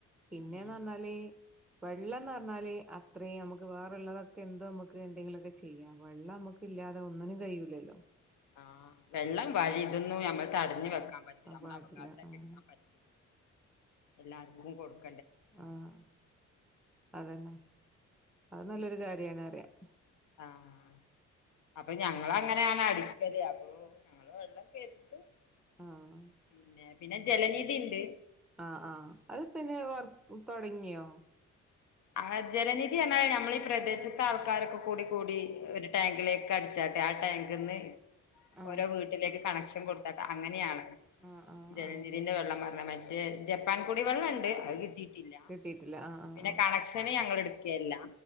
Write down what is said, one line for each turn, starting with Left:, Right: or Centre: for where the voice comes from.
Centre: പിന്നേന്ന്റഞ്ഞാല്
Left: ഉം.
Centre: വെള്ളന്ന്ർഞ്ഞാല് അത്രയും നമുക് ക്ക് വേറള്ളതൊക്കെ എന്തോ നമുക്ക് എന്തെിലൊക്കെ ചെയ്യ വെള്ളം നമുക്ക് ഇല്ലാതെ ഒന്നിനും കഴിയൂല്ലല്ലോ
Left: ആഹ് വെള്ളം വഴി ഇതൊന്നും നമ്മൾ തടഞ്ഞു വെക്കാൻ പറ്റൂ
Centre: ആഹ്
Left: നമ്മള
Centre: പാടില്ല
Left: അവകാശം ഒക്കെ
Centre: ആഹ്
Left: എടുക്കാൻ പറ്റല്ല എല്ലാർക്കും കൊടുക്കും
Centre: ആഹ് അതന്നെ അത് നല്ലൊരു കാര്യണ അറിയാം
Left: ആഹ് അപ്പൊ ഞങ്ങളങ്ങ അ അടിക്കല് അപ്പ ഞങ്ങ വെള്ളം കരുത്തും
Centre: ആഹ്
Left: പിന്നെ പിന്നെ ജല രീതി ഇണ്ട്
Centre: ആഹ് ആഹ് അത് പിന്നെ വർക്ക്‌ തുടങ്ങിയോ
Left: ആഹ് ജലനിധി എന്നാൽ നമ്മൾ ഈ പ്രദേശത്തെ ആൾക്കാരൊക്കെ കൂടി കൂടി ഒരു ടാങ്കിലേക്ക് അട ച്ചട്ടെ ആഹ് ടാങ്ക്ന്നു
Centre: ആഹ്
Left: ഓരോ വീട്ടിലേക്ക് കണക്ഷൻ കൊടുത്താട്ട അങ്ങനെയാണ്
Centre: ആഹ് ആഹ്
Left: ജനനിധന്റെ
Centre: അങ്ങനെ
Left: വെള്ളം പറഞ്ഞ മറ്റേ ജപ്പാൻ കൂടി വെള്ളം ഉണ്ട് അത് കിട്ടിയിട്ടില്ല
Centre: കിയിട്ടില്ല ആഹ് ആഹ്
Left: പിന്നെ
Centre: ആഹ്
Left: കണക്ഷന് ഞങ്ങടെ എടുക്കയല്ല